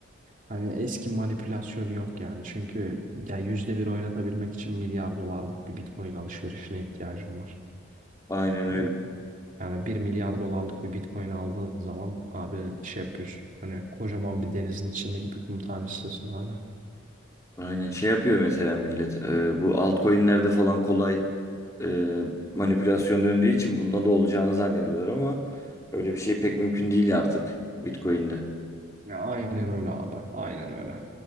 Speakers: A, on the right; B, on the left.
A: hani eski manipülasyonu yok yani. Çünkü ya yüzde bir oynatabilmek için milyar dolarlık bir Bitcoin alışverişine ihtiyacım var.
B: Aynen öyle.
A: Hani Yani bir milyar dolarlık bir Bitcoin aldığın zaman abi şey yapıyorsun. Hani kocaman bir denizin içindeki bir kum tanesisin hala.
B: Aynen şey yapıyor mesela millet. e, bu altcoin'lerde falan kolay e, manipülasyon döndüğü için bundan da olacağını zannediyorlar ama öyle bir şey pek mümkün değil artık Bitcoin'de.
A: Ya Aynen öyle abi. Aynen öyle.